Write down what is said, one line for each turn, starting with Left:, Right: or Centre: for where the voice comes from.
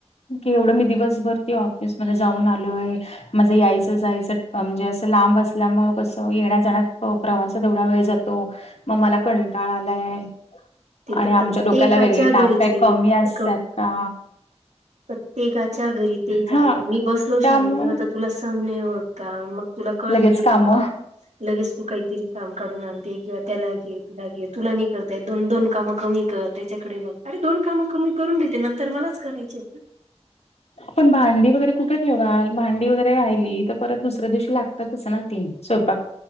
Left: की एवढं मी दिवसभर त ऑफिसमध्येध्ये जाऊन आलोय. म्हजं यायचं जायचं म्हणजे असं लांब असल्यामुळे कसं येण्या जाणार. प्रवासात एवढा वेळ जातो मग मला कंटाळ आलाय.
Right: ते
Left: आणि
Right: तर प्रत्येकाच्या
Left: आमच्या डोक्याला वेगळे
Right: घरीच
Left: ताप काही
Right: आहे
Left: कमी असतात का.
Right: तर. प्रत्येकाच्या घरी तेच
Left: हा
Right: आहे मी बसलो
Left: त्यामुळे
Right: शांत तर तुला सह्य होत का मग तुला कळत
Left: लगेच
Right: नाही
Left: काम
Right: का. लगेच तू काहीतरी काम काढून आणते किंवा त्याला घे तुला घे तुला नाही करता दोन दोन काम कमी. कर त्याच्याकडे बघ अरे दोन कामं कर मी करून घेते नंतर मलाच करायचे.
Left: पण भांडी वगैरे कुठे ठेवाल भांडी वगैरे राहिली तर परत दुसऱ्या दिवशी लागते. तच चां तीन स् प